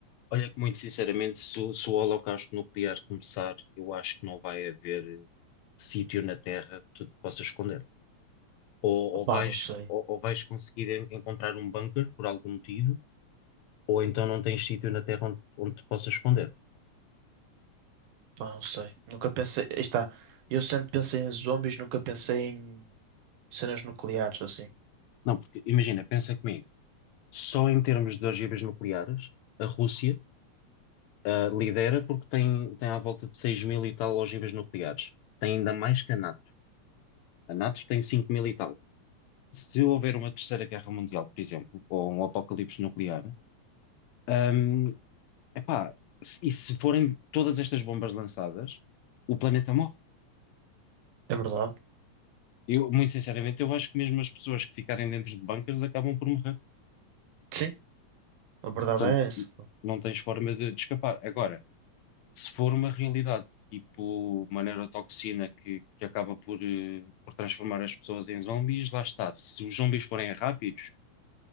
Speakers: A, on the left; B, on the right.
A: Olha que muito sinceramente, se, o se o holocausto nuclear começar, eu acho que não vai haver eh, sítio na Terra que tu te possas esconder. Ou, ou
B: opa,
A: vais,
B: não sei.
A: ou, ou vais conseguir en- encontrar um bunker por algum motivo, ou então não tens sítio na Terra onde, onde te possas esconder.
B: Pá, não sei. Nunca pensei. Aí está. Eu sempre pensei em zombies, nunca pensei em cenas nucleares, assim.
A: Não, porque imagina, pensa comigo, só em termos de ogivas nucleares, a Rússia ah, lidera porque tem, tem à volta de 6 mil e tal ogivas nucleares. Tem ainda mais que a NATO. A NATO tem 5 mil e tal. se houver uma terceira guerra mundial, por exemplo, ou um apocalipse nuclear, hum, epá, se- e se forem todas estas bombas lançadas, o planeta morre.
B: É verdade?
A: Eu, muito sinceramente, eu acho que mesmo as pessoas que ficarem dentro de bunkers acabam por morrer.
B: Sim, a verdade
A: Portanto,
B: é essa. Pá,
A: não tens forma de, de escapar. Agora, se for uma realidade, tipo uma neurotoxina que, que acaba por, eh, por transformar as pessoas em zombies, lá está. Se os zombies forem rápidos,